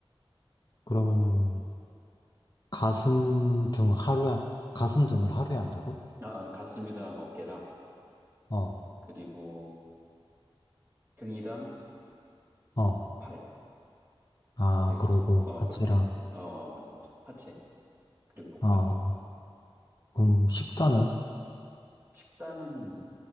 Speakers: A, on the left (about 45°); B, on the right (about 25°).
A: 그러면은 가슴 등 하루에, 가슴 등을 하루에 한다고?
B: 아, 아니 가슴이랑 어깨랑
A: 어,
B: 그리고 등이랑
A: 어,
B: 팔.
A: 아,
B: 그리고
A: 그러고
B: 어, 어
A: 하체랑,
B: 그렇게. 어, 어 맞아 맞아. 하체 그리고 복근.
A: 어, 그럼 식단은?
B: 식단은